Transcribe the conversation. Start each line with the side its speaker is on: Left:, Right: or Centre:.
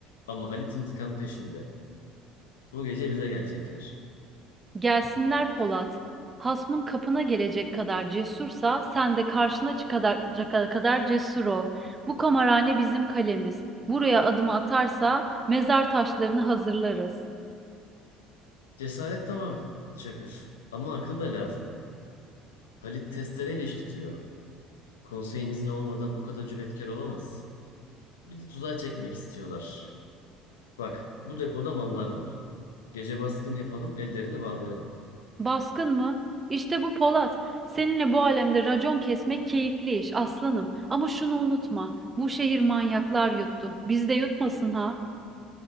Left: Ama Halit intikam peşinde. Bu gece bize gelecekler.
Right: Gelsinler Polat. Hasmın kapına gelecek kadar cesursa sen de karşına çıkacak kadar cesur ol. Bu kamarhane bizim kalemiz. Buraya adımı atarsa mezar taşlarını hazırlarız.
Left: Cesaret tamam, Çakır. Ama akıl da lazım. Halit testereyle iş tutuyor. Konseyin izni olmadan bu kadar cüretkar olamaz. Bir de tuzağa çekmek istiyorlar. Bak, bu depoda mallar var. Gece baskın yapalım, ellerini bağlayalım.
Right: Baskın mı? İşte bu Polat. Seninle bu alemde racon kesmek keyifli iş aslanım. Ama şunu unutma. Bu şehir manyaklar yuttu. Biz de yutmasın ha.